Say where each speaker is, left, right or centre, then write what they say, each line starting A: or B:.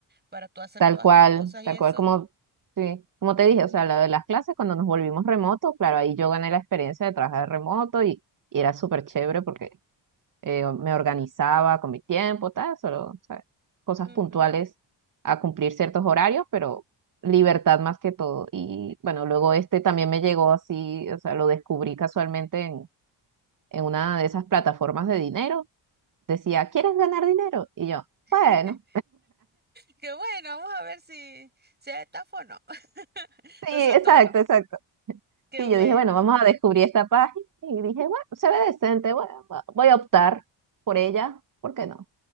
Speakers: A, on the right; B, on the right.
A: para tú hacer
B: Tal
A: todas
B: cual,
A: tus cosas y
B: tal
A: eso.
B: cual como, sí, como te dije, o sea, lo de las clases cuando nos volvimos remoto, claro, ahí yo gané la experiencia de trabajar remoto y, y era súper chévere porque eh, me organizaba con mi tiempo, tal, solo, o sea, cosas
A: Ujú.
B: puntuales a cumplir ciertos horarios, pero libertad más que todo. Y bueno, luego este también me llegó así, o sea, lo descubrí casualmente en, en una de esas plataformas de dinero decía, ¿quieres ganar dinero? Y yo, bueno,
A: <laughs> Qué bueno, vamos a ver si, si es estafa o no. <laughs> Resultó
B: sí, exacto,
A: o no.
B: exacto.
A: Qué
B: Sí,
A: bueno.
B: yo dije, bueno, vamos a descubrir esta página y dije, bueno, se ve decente, bueno, va- voy a optar por ella, ¿por qué no?